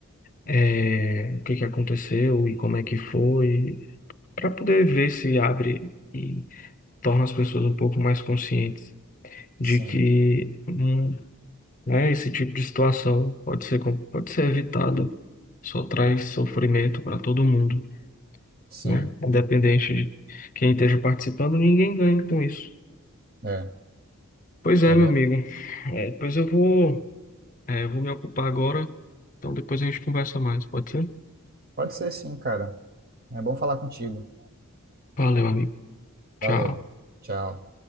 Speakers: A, on the left; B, on the right.
A: é, o que que aconteceu e como é que foi, para poder ver se abre e torna as pessoas um pouco mais conscientes de
B: sim,
A: que hum, né, esse tipo de situação pode ser, com- pode ser evitada, só traz sofrimento para todo mundo,
B: sim.
A: né? Independente de quem esteja participando, ninguém ganha com isso.
B: É,
A: Pois é,
B: é
A: meu
B: verdade.
A: amigo. É, pois eu vou, é, eu vou me ocupar agora. Então depois a gente conversa mais, pode ser?
B: Pode ser sim, cara. É bom falar contigo.
A: Valeu, amigo. Tchau.
B: Valeu. Tchau.